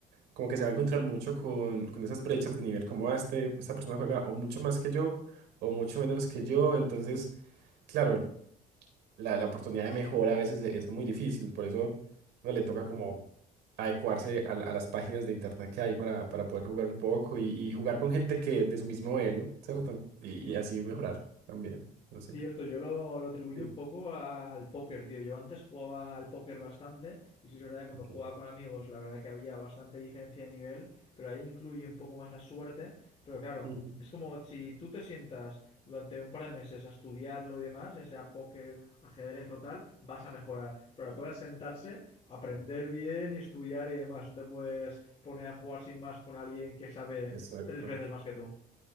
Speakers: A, on the right; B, on the left.
A: como que se va a encontrar mucho con, con esas brechas de nivel como "Ah, este, esta persona juega o mucho más que yo o mucho menos que yo, entonces, claro, la, la oportunidad de mejora a veces e- es muy difícil, por eso uno le toca como adecuarse a, la- a las páginas de internet que hay para, para poder jugar un poco y, y jugar con gente que de su mismo elo, ¿cierto? Y, y así mejorar también, no sé.
B: Cierto, yo lo, lo atribuyo
A: Sí,
B: un poco al póker, tío. Yo antes jugaba al póker bastante, y sí es verdad que cuando
A: ok.
B: jugaba con amigos, la verdad que había bastante diferencia de nivel, pero ahí incluye un poco más la suerte. Pero claro,
A: Ujú.
B: es como si tú te sientas durante un par de meses a estudiarlo y demás, ya sea póker, ajedrez o tal, vas a mejorar. Pero la cosa es sentarse, aprender bien y estudiar y demás. No te puedes poner a jugar sin más con alguien que sabe
A: Exacto.
B: tres veces más que tú.